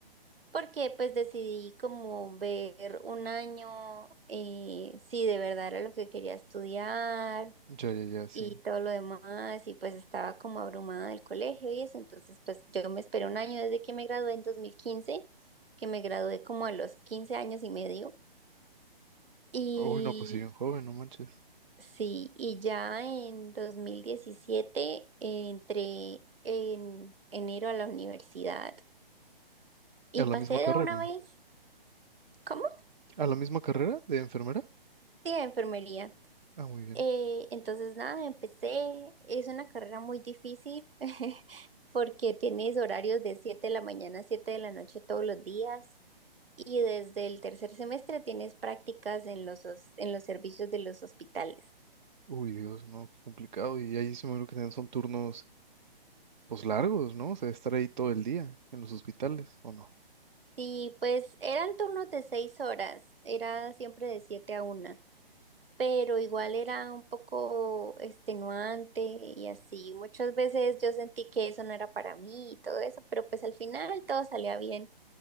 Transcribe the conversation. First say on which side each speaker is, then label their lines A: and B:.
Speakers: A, on the right; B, on the right.
A: porque pues decidí como ver un año eh, si de verdad era lo que quería estudiar
B: Ya, ya, ya, sí.
A: y todo lo demás y pues estaba como abrumada del colegio y eso, entonces pues yo me esperé un año desde que me gradué en dos mil quince que me gradué como a los 15 años y medio. Y,
B: Uy, no, pues sí, bien joven, no manches.
A: Sí, y ya en 2017 entré en enero a la universidad y
B: ¿A la
A: pasé
B: misma
A: de
B: carrera?
A: una vez, ¿cómo?
B: ¿A la misma carrera de enfermera?
A: Sí, a enfermería.
B: Ah, muy bien.
A: Eh, entonces, nada, empecé. Es una carrera muy difícil <laughs> porque tienes horarios de 7 de la mañana a 7 de la noche todos los días y desde el tercer semestre tienes prácticas en los, hos- en los servicios de los hospitales.
B: Uy, Dios, no, qué complicado. Y ahí se me lo que tienen son turnos, pues largos, ¿no? O sea, estar ahí todo el día en los hospitales, ¿o no?
A: y pues eran turnos de 6 horas, era siempre de 7 a una. pero igual era un poco extenuante y así. Muchas veces yo sentí que eso no era para mí y todo eso, pero pues al final todo salía bien.